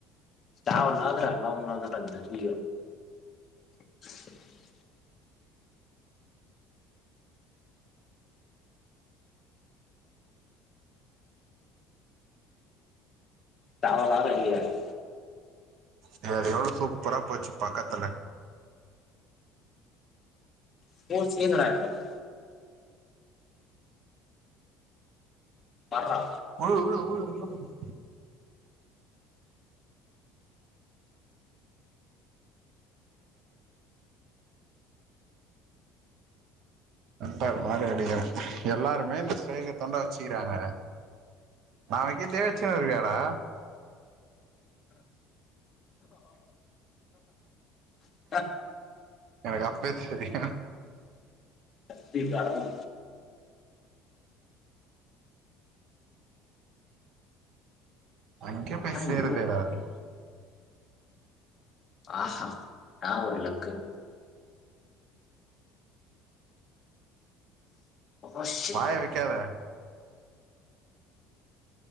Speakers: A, on the left; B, on the right.
A: தேவயில்லாத எல்லா ஒன்னால தா டா தத்தி ம் தேவயில்லாத நடிகரா நீ
B: இங்கியாரு எவ்ளோ சூப்பரா போச்சு பக்கத்துல
A: <unintelligible> பார்ரா
B: <unintelligible> மென்டல் மாரி அடிக்கிறாங்க எல்லாருமே இந்த சைக தான்டா வச்சிக்கிறாங்க நாளைக்கே தேவ அடிச்சினு வருவியாடா
A: அ
B: எனக்கு அப்யே தெரியு
A: கட்டி தரணு
B: அன்னிக்கே போய் சேருதேடா
A: இவ்ளோ
B: அது
A: ஆஹா நா ஒரு லக்கு ஓ ஷிட்
B: வாய வெக்காத